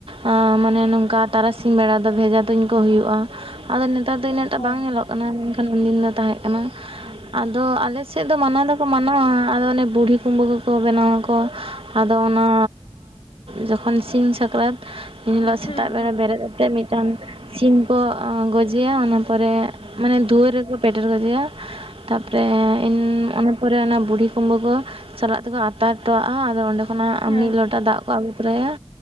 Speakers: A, on the right; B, on the left.
A: ᱟᱸ ᱢᱟᱱᱮ ᱱᱚᱝᱠᱟ ᱛᱟᱨᱟᱥᱤᱧ ᱵᱮᱲᱟ ᱫᱚ ᱵᱷᱮᱡᱟ ᱛᱩᱧ ᱠᱚ ᱦᱩᱭᱩᱜᱼᱟ᱾ ᱟᱫᱚ ᱱᱮᱛᱟᱨ ᱫᱚ ᱤᱱᱟᱹᱜ ᱴᱟᱜ
B: ᱦᱮᱸ
A: ᱵᱟᱝ ᱧᱮᱞᱚᱜ ᱠᱟᱱᱟ ᱢᱮᱱᱠᱷᱟᱱ ᱩᱱᱫᱤᱱ ᱫᱚ ᱛᱟᱦᱮᱸ ᱠᱟᱱᱟ, ᱟᱫᱚ ᱟᱞᱮᱥ ᱥᱮᱫ ᱫᱚ ᱢᱟᱱᱟᱣ ᱫᱚᱠᱚ ᱢᱟᱱᱟᱣᱟ ᱟᱫᱚ ᱚᱱᱮ ᱵᱩᱰᱷᱤ ᱠᱩᱢᱵᱟᱹ ᱠᱚ ᱠᱚ ᱵᱮᱱᱟᱣᱟᱚ ᱟᱫᱚ ᱚᱱᱟ ᱡᱚᱠᱷᱚᱱ ᱥᱤᱧ ᱥᱟᱠᱨᱟᱛ ᱮᱱ ᱦᱤᱞᱚᱜ ᱥᱮᱛᱟᱜ
B: ᱦᱮᱸ ᱦᱮᱸ
A: ᱵᱮᱲᱟ ᱵᱮᱨᱮᱫ ᱟᱛᱮᱫ ᱢᱤᱫᱴᱟᱝ ᱥᱤᱢ ᱠᱚ ᱜᱚᱡᱮᱭᱟ ᱚᱱᱟ ᱯᱚᱨᱮ ᱢᱟᱱᱮ ᱫᱩᱣᱟᱹᱨ ᱨᱮᱠᱚ ᱯᱮᱴᱮᱨ ᱜᱚᱡᱮᱭᱟ᱾ ᱛᱟᱯᱚᱨᱮ ᱚᱱᱟ ᱯᱚᱨᱮ ᱚᱱᱟ ᱵᱩᱰᱷᱤ ᱠᱩᱢᱵᱟᱹ ᱠᱚ ᱥᱟᱞᱟᱜ ᱛᱮᱠᱚ ᱟᱛᱟᱨ ᱦᱚᱴᱚᱣᱟᱜᱼᱟ ᱟᱫᱚ ᱚᱸᱰᱮ ᱠᱷᱚ ᱠᱷᱚᱱᱟᱜ ᱟᱫᱟ
B: ᱦᱮᱸ
A: ᱢᱤᱫ
B: ᱦᱮᱸ
A: ᱞᱚᱴᱟ ᱫᱟᱜ ᱠᱚ ᱟᱹᱜᱩ ᱛᱚᱨᱟᱭᱟ